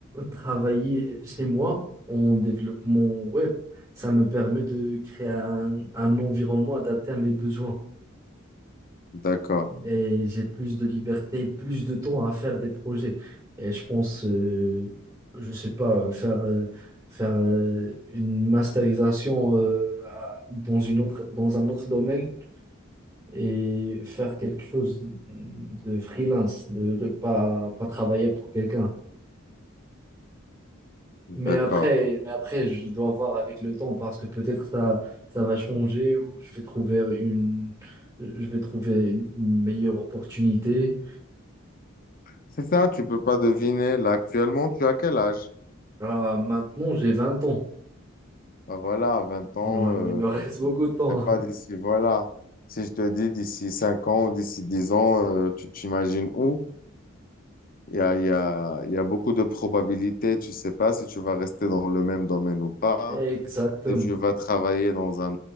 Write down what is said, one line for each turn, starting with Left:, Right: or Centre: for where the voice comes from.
Right: travailler chez moi en développement web. Ça me permet de créer un un environnement adapté à mes besoins
Left: d'accord,
Right: et j'ai plus de liberté, plus de temps à faire des projets. Et je pense, euh, je sais pas, faire, euh, faire euh, une masterisation euh, à- dans une autre, dans un autre domaine et faire quelque chose de freelance, de, de pas, pas travailler pour quelqu'un.
Left: d'accord.
Right: Mais après, mais après, je dois voir avec le temps parce que peut-être ça, ça va changer ou je vais trouver une, je vais trouver une une meilleure opportunité.
Left: C'est ça, tu peux pas deviner. Là, actuellement, tu as quel âge?
Right: Ah, maintenant, j'ai 20 ans.
Left: Ben voilà, à 20 ans,
Right: Ouais,
Left: euh,
Right: ouais, il me <laughs> reste beaucoup de temps.
Left: et pas d'ici, voilà. Si je te dis d'ici 5 ans ou d'ici 10 ans, euh, tu t'imagines où? Il y a, il y a, il y a beaucoup de probabilités. Tu sais pas si tu vas rester dans le même domaine ou pas,
Right: <laughs> Exactement.
Left: si tu vas travailler dans un,